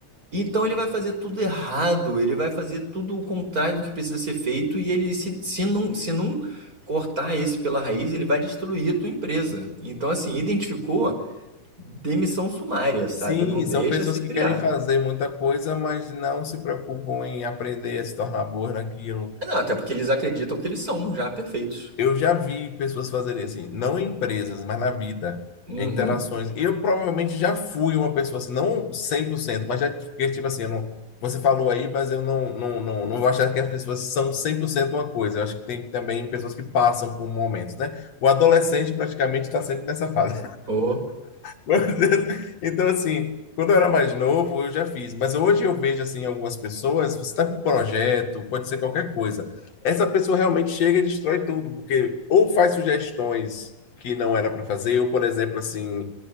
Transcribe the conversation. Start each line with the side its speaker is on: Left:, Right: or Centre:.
Right: Então ele vai fazer tudo errado, ele vai fazer tudo o contrário do que precisa ser feito e ele se, se não se não cortar esse pela raiz, ele vai destruir a tua empresa. Então assim, identificou demissão sumária, sabe?
Left: Sim,
Right: Não deixa
Left: são pessoas
Right: se criar.
Left: que querem fazer muita coisa, mas não se preocupam em aprender a se tornar boa naquilo.
Right: Não, até porque eles acreditam que eles são já perfeitos.
Left: Eu já vi pessoas fazerem assim, não em empresas, mas na vida,
Right: Uhum.
Left: em interações. eu provavelmente já fui uma pessoa assim, não 100%, mas já, porque, tipo assim, eu não, você falou aí, mas eu não, não, não, não vou achar que as pessoas são 100% uma coisa. Eu acho que tem também pessoas que passam por momentos, né? O adolescente praticamente está sempre nessa fase.
Right: Oh.
Left: Mas, <laughs> então, assim, quando eu era mais novo, eu já fiz. Mas hoje eu vejo, assim, algumas pessoas, você está com um projeto, pode ser qualquer coisa. Essa pessoa realmente chega e destrói tudo, porque ou faz sugestões que não era para fazer, ou, por exemplo, assim,